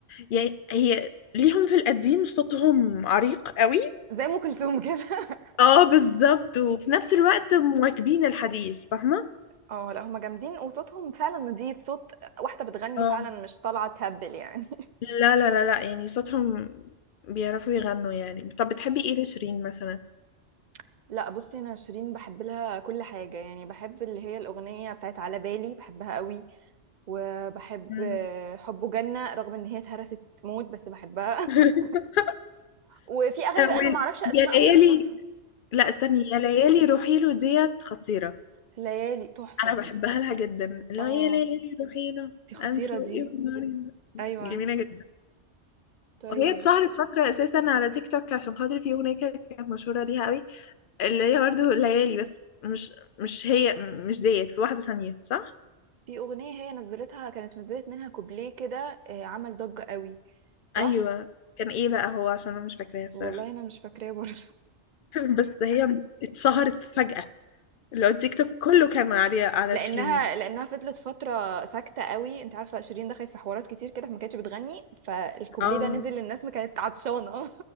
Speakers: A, on the left; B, on the right.
A: يعني هي ليهم في القديم صوتهم عريق قوي
B: زي ام كلثوم كده <laughs>
A: اه بالظبط وفي نفس الوقت مواكبين الحديث فاهمة
B: اه لا هما جامدين وصوتهم فعلا نضيف صوت واحده بتغني
A: اه
B: فعلا مش طالعه تهبل يعني
A: لا لا لا لا يعني صوتهم بيعرفوا يغنوا يعني طب بتحبي ايه لشيرين مثلا
B: <laughs> لا بصي انا شيرين بحب لها كل حاجه يعني بحب اللي هي الاغنيه بتاعت على بالي بحبها قوي وبحب
A: مم.
B: آه، حبه جنه رغم ان هي اتهرست موت بس بحبها
A: <laughs>
B: <laughs> وفي اغاني
A: أول-
B: بقى انا معرفش اسمائهم
A: يا ليالي
B: بس انا حب-
A: لا استني يا ليالي روحي له ديت خطيرة
B: وليالي تحفه
A: انا بحبها لها جدا لا
B: اه
A: يا ليالي روحي له
B: دي خطيره
A: انسو ايه
B: دي
A: وناري
B: ايوه
A: جميلة جدا
B: طيب
A: وهي اتشهرت فترة اساسا على تيك توك عشان خاطر في اغنية كده كانت مشهورة ليها قوي اللي هي برضه ليالي بس مش مش هي مش ديت في واحدة ثانية صح؟
B: في أغنية هي نزلتها كانت نزلت منها كوبليه كده آه، عمل ضجة قوي صح؟
A: أيوة كان ايه بقى هو عشان أنا مش فاكراها الصراحة
B: والله أنا مش فاكراه برضه
A: <laughs> بس هي اتشهرت فجأة اللي هو التيك توك كله كان عليها
B: <laughs>
A: على
B: لأنها
A: شيرين
B: لأنها فضلت فترة ساكتة قوي أنت عارفة شيرين دخلت في حوارات كتير كده فما كانتش بتغني فالكوبليه
A: اه
B: ده نزل للناس ما كانت عطشانة